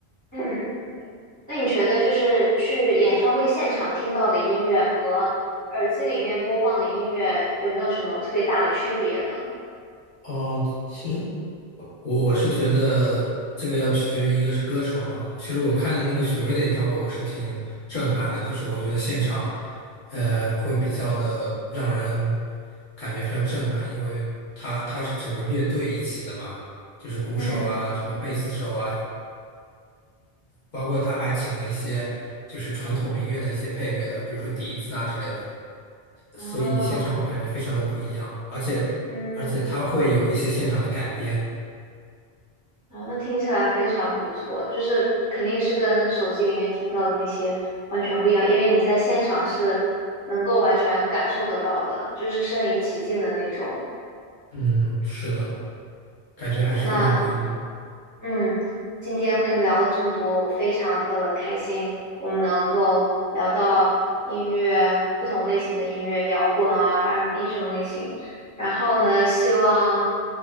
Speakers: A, on the right (about 20°); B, on the left (about 50°).
A: 嗯，那你觉得就是去演唱会现场听到的音乐和耳机里面播放的音乐有没有什么特别大的区别呢？
B: 哦，其实我我是觉得这个要取决于一个是歌手嘛。其实我看那个许巍的演唱会，我是挺震撼的，就是我觉得现场，呃，会比较的让人感觉非常震撼，因为他他是整个乐队一起的嘛，就是鼓手啊，
A: 嗯，
B: 什么贝斯手啊。包括他还请了一些就是传统民乐的一些配乐的，比如说笛子啊之类的，
A: 啊，
B: 所以你现场会感觉非常的不一样，而且而且他会有一些现场的改编，
A: 嗯。啊，那听起来非常不错，就是肯定是跟手机里面听到的那些完全不一样，因为你在现场是能够完全感受得到的，就是身临其境的那种。
B: 嗯，是的，感觉还是非常不一样。
A: 那嗯，今天和你聊了这么多，非常的开心，我们能够聊到音乐，不同类型的音乐，摇滚啊，R&B 这种类型。然后呢，希望